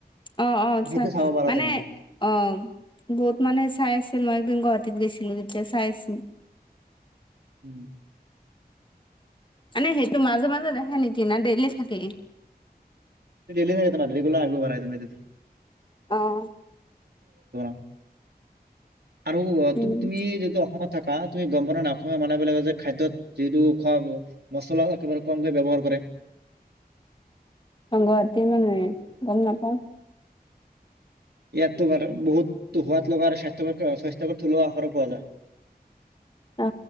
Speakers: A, on the left (about 30°); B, on the right (about 80°).
A: অ অ আটচা
B: সেইটো চাব পাৰা
A: মানে
B: তুমি
A: অ বহুত মানুহে চাই আছিল মই একদিন গুৱাহাটীত গৈছিলো তেতিয়া চাই আছিল।
B: উম।
A: মানে সেইটো মাজে মাজে দেখাই নেকি না ডেইলি থাকেই?
B: ডেইলী থাকেই তোমাৰ ৰেগুলাৰ আহিব পাৰা তুমি তাতে
A: অ',
B: <unintelligible> আৰু
A: উম।
B: তু-তুমি যিহেটো অসমত থাক হা তুমি গম পোৱা নে নাই অসমীয়া মানুহবিলাকে যে খাদ্যত যিহেতু খোৱা মছলা একেবাৰে কমকৈ ব্যৱহাৰ কৰে।
A: অ গুৱাহাটীৰ মানুহে, গম নাপাওঁ।
B: ইয়াত তোমাৰ বহুত সোৱাদ লগা স্বাস্থ্য স্বাস্থ্য থলুৱা আহাৰো পোৱা যায়।
A: অ।